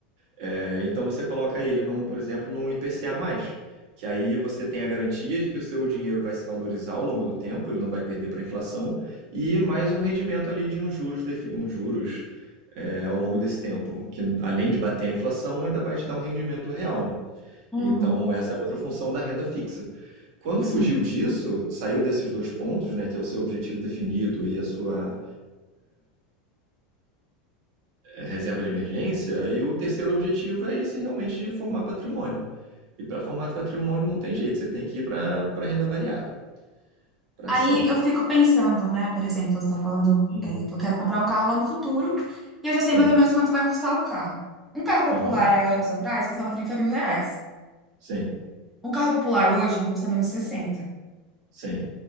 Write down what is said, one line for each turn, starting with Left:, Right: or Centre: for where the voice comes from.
Right: É, então você coloca ele num, por exemplo, num IPCA+, que aí você tem a garantia de que o seu dinheiro vai se valorizar ao longo do tempo, ele não vai perder para a inflação, e mais um rendimento ali de uns juros, defi- uns juros é, ao longo desse tempo, que além de bater a inflação, ainda vai te dar um rendimento real, né?
Centre: uhum,
Right: Então essa é outra função da renda fixa. Quando
Centre: sim.
Right: fugiu disso, saiu desses dois pontos, né, que é o seu objetivo definido e a sua eh, reserva de emergência, e o terceiro objetivo é esse realmente de formar patrimônio. E para formato patrimônio não tem jeito, você tem que ir para para renda variável, para
Centre: Aí
Right: ação.
Centre: eu fico pensando, né? Por exemplo, você está falando
Right: Uhum.
Centre: é, que eu quero comprar um carro lá no futuro e eu já sei
Right: Sim.
Centre: mais ou menos quanto vai custar o carro. Um carro popular
Right: Aham.
Centre: há anos atrás custava 30 mil reais.
Right: Sim.
Centre: Um carro popular hoje não custa menos sessenta
Right: Sim.